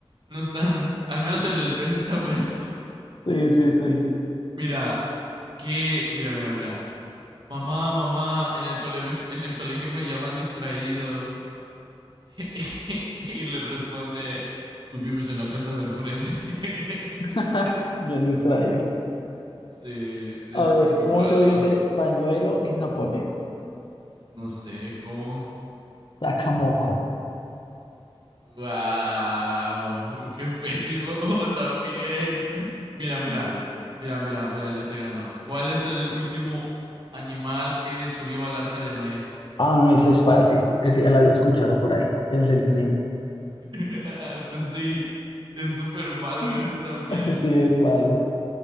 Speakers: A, on the right; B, on the left.
A: no están. Al menos el del pez está bueno. <laughs>
B: sí, sí. sí.
A: Mira, qué, Mira, mira, mira. Mamá, mamá, en el colegio, en el colegio me llaman distraído. <laughs> y le responde, tú vives en la casa de enfrente. <laughs>
B: <laughs> Bien distraído.
A: sí, es
B: A ver,
A: muy
B: ¿cómo
A: malo.
B: se dice pañuelo en japonés?
A: No sé cómo.
B: Sakamoko.
A: ¡Wow! ¡Qué pésimo! <laughs> También. Mira, mira,
B: Mm.
A: mira, mira, mira, yo te gano. ¿Cuál es el último animal que subió al arca de Noé?
B: Ah, ese es fácil. Ese ya lo había escuchado por ahí. El delfín.
A: <laughs> pues sí, es súper malo
B: <laughs>
A: ese también.
B: Sí, es malo.